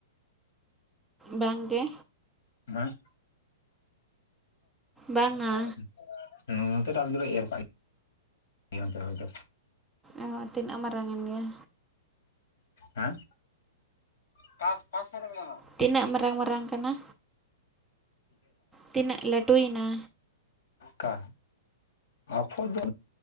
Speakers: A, in the centre; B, on the left.
A: ᱵᱟᱝ ᱜᱮ
B: ᱦᱮᱸ
A: ᱵᱟᱝᱟ
B: <inaudible> ᱦᱮᱸ ᱱᱚᱛᱮ ᱫᱚ ᱚᱞᱮ ᱫᱚᱞᱮ ᱮᱨ ᱠᱟᱜ ᱜᱮᱭᱟ ᱱᱚᱛᱮ ᱫᱚ
A: ᱚ ᱛᱤᱱᱟᱹᱜ ᱢᱟᱨᱟᱝᱮᱱ ᱜᱮᱭᱟ
B: ᱦᱮᱸ ᱚᱠᱟ ᱚᱠᱟ ᱥᱮᱫ ᱨᱮ ᱢᱮᱱᱟᱢᱟ?
A: ᱛᱤᱱᱟᱹᱜ ᱢᱟᱨᱟᱝ ᱢᱟᱨᱟᱝ ᱠᱟᱱᱟ ᱛᱤᱱᱟᱹᱜ ᱞᱟᱹᱴᱩᱭᱮᱱᱟ?
B: ᱠᱟ ᱚᱠᱚᱭ ᱫᱚ